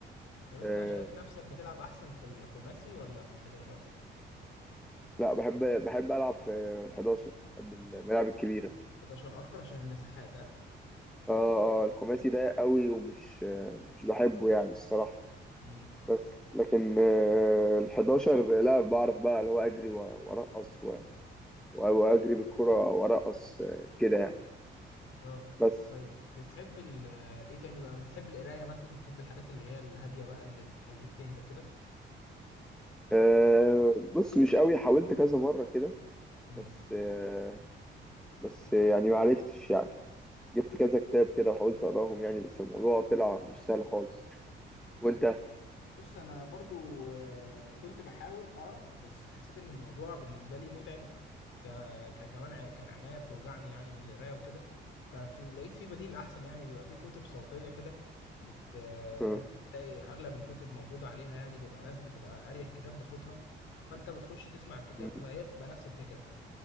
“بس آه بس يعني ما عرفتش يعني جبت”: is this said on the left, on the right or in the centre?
Centre